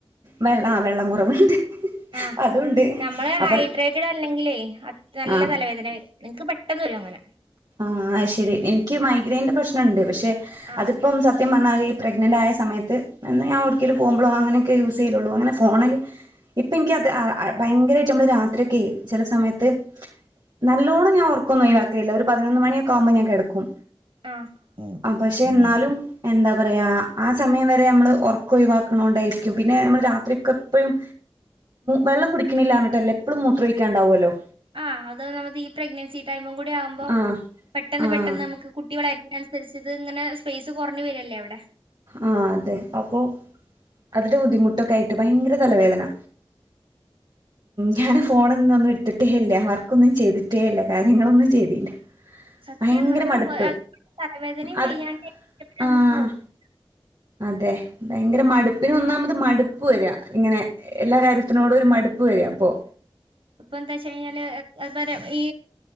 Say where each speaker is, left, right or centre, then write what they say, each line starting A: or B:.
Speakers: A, on the right (about 50°); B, on the right (about 70°).
A: വെള്ളം വെള്ളം കുറവുണ്ട്.
B: ആ
A: അതുണ്ട്
B: നമ്മള്
A: അപ്പോൾ
B: ഹൈഡ്രേറ്റഡ് അല്ലെങ്കില് അ നല്ല
A: ആ
B: തലവേദന വരും ഇന്ക്ക് പെട്ടന്ന് വരും അങ്ങനെ..
A: ആ ശരി എനിക്ക് മൈഗ്രൈയിന്റെ പ്രശ്നംണ്ട് പക്ഷെ
B: ആഹ്
A: അതിപ്പം സത്യം പറഞ് പ്രഗ്നന്റ് ആയ സമയത്തന്ന് അന്ന് ഞാൻ എവിടെകെങ്കിലും പോവുമ്പോളോ യൂസ് ചെയ്യലോള്ളൂ അങ്ങനെ ഫോണിൽ ഇപ്പൊ ഇൻകാത് അത് ഭയങ്കരമായിട്ട് നമ്മള് രാത്രിയൊക്കെ ചില സമയത്ത്... നല്ലോണം ഞാൻഓർക്കൊന്നും ഒയിവാക്കില്ലാ ഒരു പതിനൊന്ന് മണി ക്കാ ബോ ഞൻ കെടക്കും
B: ആഹ്
A: പക്ഷെ ന്നാലും എന്താ എന്താ പറയുക ആ സമയം വരെ നമ്മള് ഉറക്കാം ഒഴിവാക്കണോണ്ടായിരിക്കും പിന്നെ നമ്മൾ രാത്രിയൊക്കെ എപ്പോഴും വെള്ളം കുടിക്കണില്ല എന്നിട്ടല്ലേ എപ്പോഴും മൂത്രം ഒയ്ക്കാണ്ടാവുല്ലോ..
B: ആഹ് അത് നമക്ക് ഈ പ്രഗ്നൻസി ടൈമും കൂടി ആവുമ്പോ പെ..
A: ആഹ്
B: പെട്ടെന്ന്
A: ആഹ്
B: പെട്ടെന്ന് നമുക്ക് കുട്ടി വളരുന്ന തിനനുസരിച്ച് ഇത് ഇങ്ങനെ സ്പേയ്സ് കുറഞ്ഞു വരമല്ലേ അവിടെ
A: ആ അതെ അപ്പൊ.. അതിന്റെ ബുദ്ധിമുട്ടൊക്കെ ആയിട്ട് ഭയങ്കര തലവേദന ഞാന് ഫോണൊഒന്നും എടുത്തിട്ടേ ഇല്ല വർക്കൊന്നും ചെയ്തിട്ടേ ഇല്ല കാര്യങ്ങളൊന്നും ചെയ്തിയില്ല
B: സത്യാണ്
A: ഭയങ്കര
B: നമുക്ക്
A: മടുപ്പ്
B: തലവേദനയും
A: അത്
B: വയ്യാണ്ട് നമുക്ക്
A: ആഹ്
B: നോക്കും
A: അതെ ഭയങ്കര
B: ഉം
A: മടുപ്പിന് ഒന്നാമത് മടുപ്പ് വര ഇങ്ങനെ എല്ലാ കാര്യത്തിനോടും ഒരു മടുപ്പ് വര പ്പൊ
B: ഇപ്പ എന്താച്ച് കഴിഞ്ഞാല് <unintelligible> ഈ